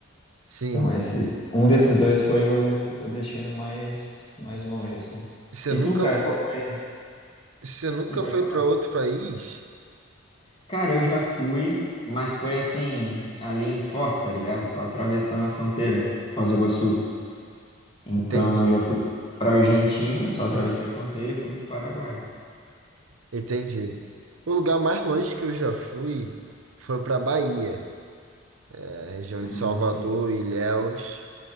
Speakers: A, on the right; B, on the left.
A: Sim.
B: Então, esse, um desses dois foi o, o destino mais, mais longe, assim.
A: Você
B: E
A: nunca
B: tu, cara,
A: foi,
B: qual foi?
A: você nunca
B: Não pode
A: foi
B: falar.
A: para outro país?
B: Cara, eu já fui, mas foi assim, ali em Foz, tá ligado? Só atravessando a fronteira, Foz do Iguaçu. Então
A: Entendi,
B: eu já fui pra Argentina, só atravessei a fronteira e fui pro Paraguai.
A: entendi. O lugar mais longe que eu já fui foi para Bahia, a região
B: Ah,
A: de Salvador,
B: sim.
A: Ilhéus.